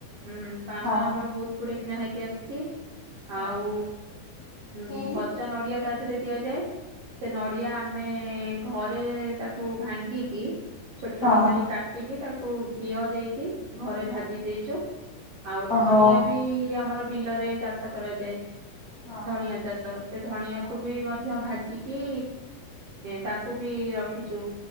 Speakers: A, on the right; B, on the left.
A: ହୁଁ ପାନ
B: ହଁ
A: ଆମର ବହୁତ୍ ଉଡ଼େ କିଣା ହେଇକି ଆସଚି
B: ହଁ
A: ଆଉ ଉଁ
B: ଚେରି
A: ଭ ଚା ନଡ଼ିଆ ତା ଧେରେ ଦିଆଯାଏ। ସେ ନଡ଼ିଆ ଆମେ ଘରେ ତାକୁ ଭାଙ୍ଗିକି ଛୋଟ ଛୋଟ
B: ହଁ
A: କରି କା ଟିକି ତାକୁ ଘିଅ ଦେଇକି ଘରେ ଭାଜି ଦେଇଚୁ। ଆଉ ଧଣିଆ
B: ଓହୋ
A: ବି ଆମର ବିଲରେ ଚାଷ କରାଯାଏ।
B: ହଁ
A: ଧଣିଆ ଚାଷ ସେ ଧଣିଆକୁୁ
B: ହଁ
A: ବି ମଧ୍ୟ ଭାଜିକି ଏ ତାକୁ ବି ରଖିଚୁ